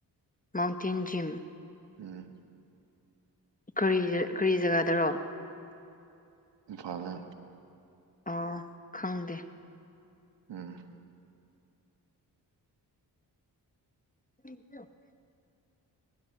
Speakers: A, on the left; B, on the right.
A: ꯃꯥꯎꯟꯇꯦꯟ ꯖꯤꯝ
B: ꯎꯝ
A: ꯀꯔꯤꯖ ꯀꯔꯤ ꯖꯒꯥꯗꯔꯣ
B: ꯏꯝꯐꯥꯜꯅ
A: ꯑ ꯈꯪꯗꯦ
B: ꯎꯝ
A: <unintelligible>